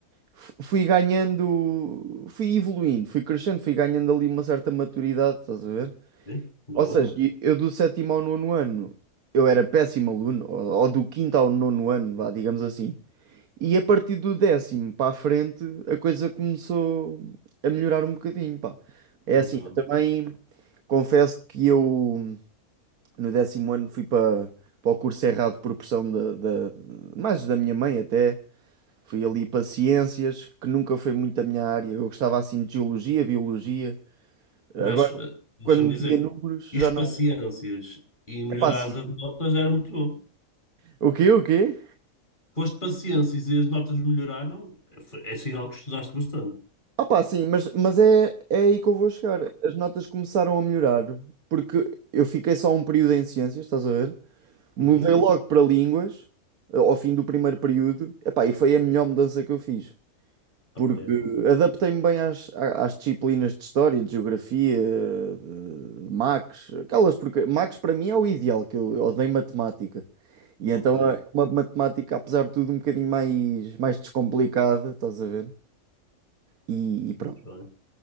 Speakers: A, on the right; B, on the left.
A: f- fui ganhando, fui evoluindo, fui crescendo, fui ganhando ali uma certa maturidade, estás a ver?
B: né? boa,
A: Ou seja, e eu do sétimo ao nono ano eu era péssimo aluno, ou, ou do quinto ao nono ano, vá, digamos assim. E a partir do décimo para a frente a coisa começou a melhorar um bocadinho, pá. É
B: muito
A: assim,
B: bem.
A: eu também confesso que eu no décimo ano fui para, para o curso errado por pressão da, da- mais da minha mãe até. Fui ali para ciências, que nunca foi muito a minha área. Eu gostava assim de geologia, biologia. Agora,
B: Mas, eh, deixa-me
A: quando
B: dizer,
A: metia números, já
B: isto
A: não.
B: paciências e melhorares
A: Epá, assim.
B: as notas era muito bom.
A: O quê? O quê?
B: Foste paciências e as notas melhoraram, é, foi- é sinal que estudaste bastante.
A: Ah, pá, sim, mas, mas é, é aí que eu vou chegar. As notas começaram a melhorar, porque eu fiquei só um período em ciências, estás a ver? Mudei
B: Uhum.
A: logo para línguas, eh, ao fim do primeiro período. Epá, e foi a melhor mudança que eu fiz.
B: Ok,
A: porque
B: bom.
A: adaptei-me bem às, à- às disciplinas de história, de geografia, de, de Max, aquelas porque Max para mim é o ideal, que eu, eu odeio matemática. E então
B: Ok,
A: é uma matemática, apesar de tudo, um bocadinho mais, mais descomplicada, estás a ver? E, e pronto.
B: muito bem.